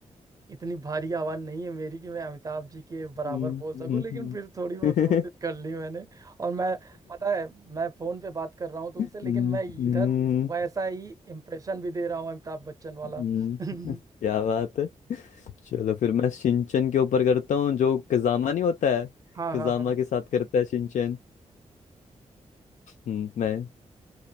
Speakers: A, on the right; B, on the left.
A: इतनी भारी आवाज नहीं है मेरी कि मैं अमिताभ जी के बराबर
B: हम्म,
A: बोल सकूं
B: हम्म,
A: लेकिन फिर थोड़ी बहुत
B: हम्म,
A: कोशिश कर ली मैंने और मैं पता है मैं फोन पे बात कर रहा हूँ तुमसे
B: हम्म,
A: लेकिन मैं इधर वैसा ही इम्प्रेशन भी दे रहा हूँ अमिताभ बच्चन वाला
B: हम्म,
A: <laughs>
B: क्या बात है चलो फिर मैं शिनचैन के ऊपर करता हूँ जो कजामा नहीं होता है
A: हाँ
B: कजामा
A: हाँ हाँ
B: के साथ करता है शिनचैन हम्म, मैं